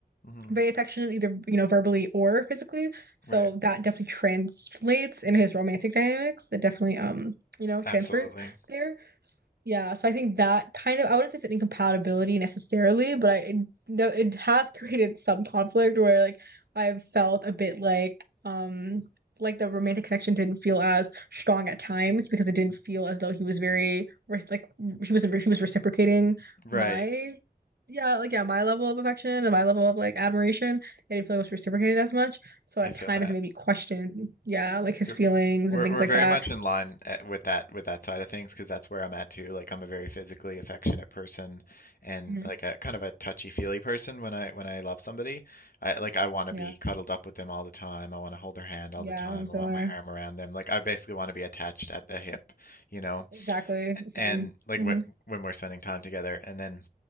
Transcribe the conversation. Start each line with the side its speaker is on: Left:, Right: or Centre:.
Left: Mm-hmm.
Right: very affectionate, either, you know, verbally or physically. So
Left: Right.
Right: that definitely translates in his romantic dynamics. It definitely, um, you know, transfers
Left: Absolutely.
Right: there. S- Yeah, so I think that kind of, I wouldn't say it's an incompatibility necessarily, but I, it, no, it has <laughs> created some conflict where like I've felt a bit like, um, like the romantic connection didn't feel as strong at times because it didn't feel as though he was very, res- like he was, he was reciprocating
Left: Right.
Right: my yeah, like yeah, my level of affection and my level of like admiration, I didn't feel it was reciprocated as much. So at
Left: I feel
Right: times
Left: that.
Right: it made me question, yeah, like his
Left: You're-
Right: feelings
Left: We're
Right: and things
Left: we're
Right: like
Left: very
Right: that.
Left: much in line at, with that with that side of things because that's where I'm at too. Like I'm a very physically affectionate person and
Right: hmm
Left: like a kind of a touchy-feely person when I when I love somebody. I like I want to
Right: Yeah,
Left: be cuddled up with them all the time. I want to hold their hand all
Right: yeah,
Left: the time.
Right: I'm similar.
Left: I want my arm around them. Like I basically want to be attached at the hip, you know?
Right: Exactly, same.
Left: And like
Right: hmm
Left: wh when we're spending time together and then